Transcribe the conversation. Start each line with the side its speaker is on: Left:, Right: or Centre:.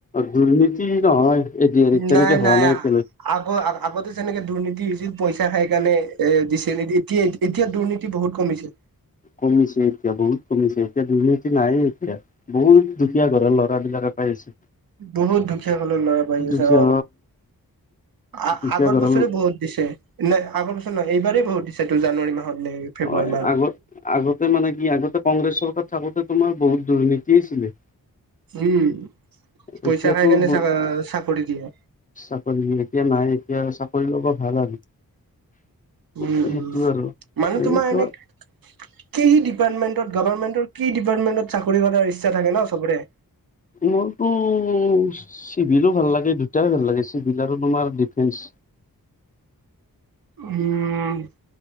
Left: দুৰ্নীতি নহয় এ তেনেকে
Right: নাই,
Left: হোৱা
Right: নাই
Left: এতিয়ালৈকে
Right: আগ-আগতে যেনেকে দুৰ্নীতি হৈছিল। পইচা খাই কাৰণে এ দিছি এতিয়া এতিয়া দুৰ্নীতি বহুত কমিছে।
Left: কমিছে এতিয়া বহুত কমিছে এতিয়া দুৰ্নীতি নাইয়ে এতিয়া। বহুত দুখীয়া ঘৰৰ ল'ৰাবিলাকে পাই আছে
Right: বহুত দুখীয়ী কলেৰ লৰা পাৰি আছে
Left: দুখীয়া
Right: অ'
Left: দুখীয়া
Right: আগৰ
Left: ঘৰৰ
Right: বছৰে বহুত দিছে ন আগৰ বছৰ নহয় এইবাৰেই বহুত দিছে টো জানুৱাৰী মাহত। নে ফেব্ৰুৱাৰী
Left: হয়।
Right: মাহত
Left: আগত, আগতে মানে কি? আগতে কংগ্ৰেছ চৰকাৰ থাকোতে তোমাৰ, বহুত দুৰ্নীতি আছিলে।
Right: উম পইচা
Left: এতিয়াটো
Right: খাই কেনে
Left: ব,
Right: চা চাকৰি দিয়ে
Left: চাকৰি এতিয়া নাই, এতিয়া চাক কৰি ল'ব ভাল আৰু।
Right: উম,
Left: সেইটো
Right: উম
Left: আৰু
Right: মানে
Left: এনেকুৱা
Right: তোমাৰ এনে কিহ দ ডিপাৰ্টমেটত, গভমেণ্টৰ কি ডিপাৰ্টমেণ্টত চাকৰি কৰাৰ ইচ্ছা থাকে ন' চবৰে।
Left: মোৰতো চিভিলো ভাল লাগে দুটাই ভাল লাগে চিভিল আৰু তোমাৰ ডিফেন্স
Right: উম